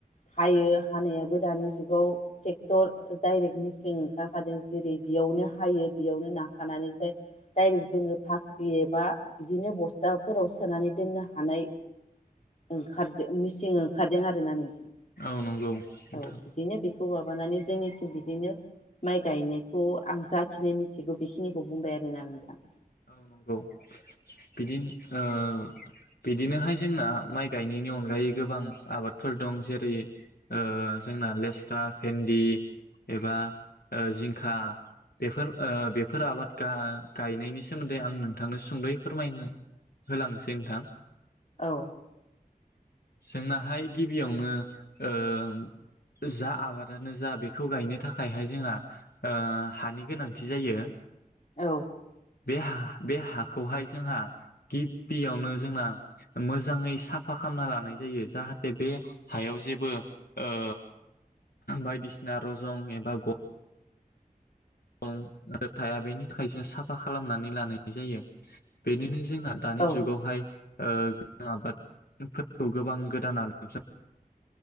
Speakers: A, on the left (about 50°); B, on the left (about 85°).
A: हायो हानायाबो दानि जुगाव ट्रेक्टर दडाइरेक्ट मेचिन ओंखारखादों जेरै बेयावनो हायो बेयावनो नाखानानै जाय दायरेक्ट जोङो भाख्रि एबा बिदिनो बस्थाफोराव सोनानै दोननो हानाय ओंखारदों मिचन ओंखारदों आरोना नोंथां।
B: औ नंगौ नोंथां।
A: औ बिदिनो बेखौ माबानानै जोङो बिदिनो माइ गायनायखौ आं जाखिनि मिथिगौ बेखिनिखौ बुंबाय आरोना नोंथां।
B: औ नंगौ बिदिन ओ बिदिनोहाय जोंना माइ गायनायनि अनगायै गोबां आबादफोर दं जेरै ओ जोंना लेस्रा भेन्दि एबा जिंखा बेफोर ओ बेफोर आबाद गा गायनायनि सा मोन्दै आं नोंथांनो सुंद'यै फोरमायनो होलांसै नोंथां।
A: औ।
B: जोंनाहाय गिबियावनो ओम जा आबादानो जा बेखौ गायनो थाखायहाय जोंहा हानि गोनांथि जायो।
A: औ।
B: बे हा बे हाखौहाय जोंहा गिबियावनो जोंना मोजाङै साफा खालामना लानाय जायो जाहाथे बे हायाव जेबो ओ बायदिसिना रजं एबा ग दंफोर थाया बेनि थाखाय जों साफा खालामनानै लानाय जायो बेनिनो जोंना दानि
A: औ
B: जुगावहाय ओ गो आबादफोरखौ गोबां गोदान आदबजों